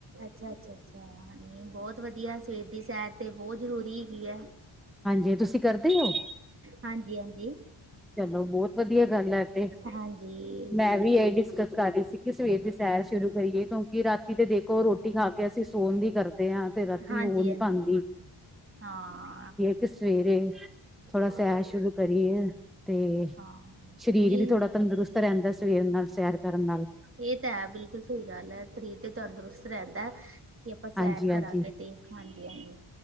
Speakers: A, on the right; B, in the centre.
A: ਅੱਛਾ-ਅੱਛਾ-ਅੱਛਾ ਨਈ ਬੋਤ ਵਧੀਆ, ਸਵੇਰ ਦੀ ਸੈਰ ਤੇ ਬੋਤ ਜ਼ਰੂਰੀ ਹੈਗੀ ਐ।
B: ਹਾਂਜੀ ਤੁਸੀਂ ਕਰਦੇ ਓ?
A: ਹਾਂਜੀ-ਹਾਂਜੀ
B: ਚਲੋ ਬੋਤ ਵਧੀਆ ਗੱਲ ਐ ਤੇ,
A: ਹਾਂਜੀ
B: ਮੈਂ ਵੀ ਏ ਈ ਡਿਸਕਸ ਕਰ ਰਈ ਸੀ। ਕੀ ਸਵੇਰ ਦੀ ਸੈਰ ਸ਼ੁਰੂ ਕਰੀਏ ਕਿਉਂਕਿ ਰਾਤੀ ਤੀ ਤੇ ਦੇਖੋ ਰੋਟੀ ਖਾ ਕੇ ਅਸੀਂ ਸੋਨ ਦੀ ਕਰਦੇ ਆ, ਤੇ ਰਾਤੀ
A: ਹਾਂਜੀ
B: ਹੋ ਨੀ
A: ਹਾਂਜੀ
B: ਪਾਂਦੀ।
A: ਹਾਂ।
B: ਕੀ ਸਵੇਰੇ, ਥੋੜਾ
A: ਹਾਂ
B: ਸੈਰ ਸ਼ੁਰੂ ਕਰੀਏ। ਤੇ
A: ਹਾਂ
B: ਸਰੀਰ
A: ਨਹੀਂ
B: ਵੀ ਥੋੜਾ ਤੰਦਰੁਸਤ ਰੈਂਦਾ, ਸਵੇਰ ਨਾਲ ਸੈਰ ਕਰਨ ਨਾਲ।
A: ਏ ਤਾਂ ਹੈ ਬਿਲਕੁੱਲ ਸਈ ਗੱਲ ਐ, ਸਰੀਰ ਤੇ ਤੰਦਰੁਸਤ ਰੈਂਦੈ ਕੀ ਆਪਾਂ ਸੈਰ
B: ਹਾਂਜੀ ਹਾਂਜੀ
A: ਕਰਾਂਗੇ ਤੇ, ਹਾਂਜੀ-ਹਾਂਜੀ